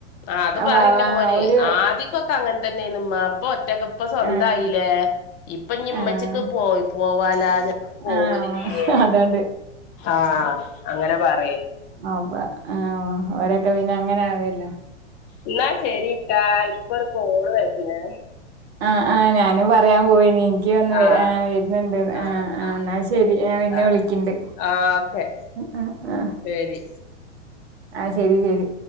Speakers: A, on the left (about 25°); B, on the right (about 60°).
A: ആ അത് പറിന്റെ
B: വാ വാ
A: മോന്,
B: ഓര്
A: ആദിക്കൊക്കെങ്ങൻതന്നെനിമ്മാ ഇപ്പൊ ഒറ്റക്ക, പ്പ സ്വന്തായില്ലേ,
B: ആഹ്
A: ഇപ്പൊ ഞ്ഞി മ്മച്ചക്ക്
B: ആഹ്
A: പോ പോവാലാ ഞങ്ങളും പോവലില്ല്യേ,
B: ആഹ് അതോണ്ട്
A: ആ അങ്ങനെ പർ
B: ആ വ ആ ഓരൊക്കെ പിന്നെ അങ്ങനെ ആവല്ലോ
A: ന്നാ ശരിട്ടാ ഇൻക്കൊരു കോള്വര്ന്നേ
B: ആ ആ ഞാനും പറയാൻപോവേനി ൻക്യൊഒന്ന് വ
A: ആഹ്
B: ആ വര്ന്ന്ണ്ട്ന്ന്
A: ആഹ്
B: ആ ആ
A: ആഹ്
B: ന്നാ ശരി. ഞാ പിന്നെ
A: ആഹ്
B: വിളിക്ക്ണ്ട്.
A: ആഹ് ഓക്കെ
B: ആ ആ
A: ശരി
B: ആ ശരി ശരി